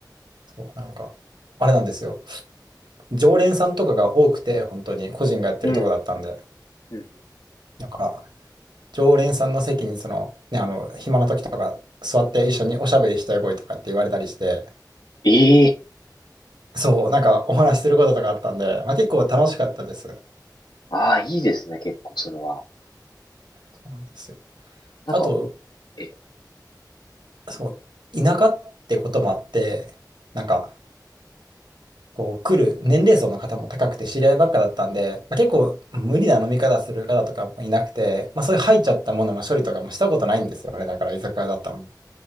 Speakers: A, on the right; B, on the left.
A: そう、なんか、あれなんですよ。常連さんとかが多くて、本当に個人がやってるとこだったんで、
B: え。うん。うん。
A: なんか、常連さんの席に、その、ね、あの、暇な時とか、座って一緒におしゃべりしたい声とかって言われたりして、
B: ええ。
A: そう、なんかお話しすることとかあったんで、まあ、結構楽しかったです。
B: ああ、いいですね。結構それは。
A: そうなんですよ。
B: なんか、
A: あと、
B: ええ。
A: そう、田舎ってこともあって、なんか、こう来る年齢層の方も高くて知り合いばっかだったんで、まあ、結構無理な飲み方する方とかもいなくて、まあ、そういう入っちゃったものの処理とかもしたことないんですよね。だから居酒屋だったのに。